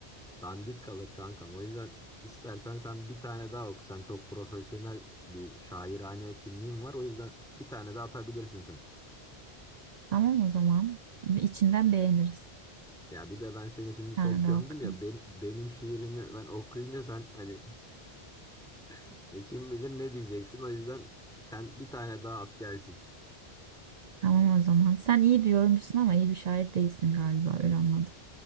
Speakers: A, in the centre; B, on the right (about 55°).
A: dandik kalır kankam. O yüzden istersen sen bir tane daha oku. Sen çok profesyonel bir şairane kimliğin var. O yüzden bir tane daha atabilirsin sen.
B: Tamam o zaman. İçinden beğeniriz.
A: Ya bir de ben seni
B: Bir
A: şimdi
B: tane
A: çok
B: daha
A: gömdüm
B: okudum.
A: ya ben, benim şiirimi ben okuyunca sen hani <laughs> kim bilir ne diyeceksin. O yüzden sen bir tane daha at gelsin.
B: Tamam o zaman. Sen iyi bir yorumcusun ama iyi bir şair değilsin galiba öyle anladım.